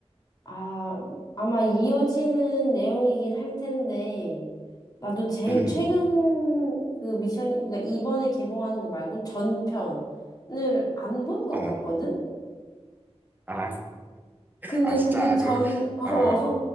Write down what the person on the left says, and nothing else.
아, 아마 이어지는 내용이긴 할 텐데, 나도 제일
최근 그 미션, 그러니까 이번에 개봉하는 거 말고 전편을 안 본 것
같거든?
근데
그 전,
<laughs> 어,